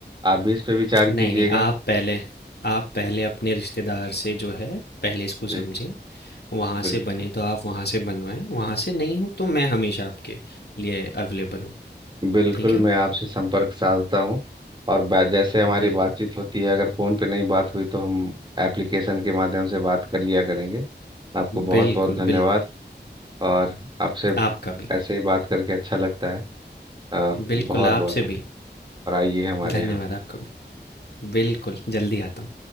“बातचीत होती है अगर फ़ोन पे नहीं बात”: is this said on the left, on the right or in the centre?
Right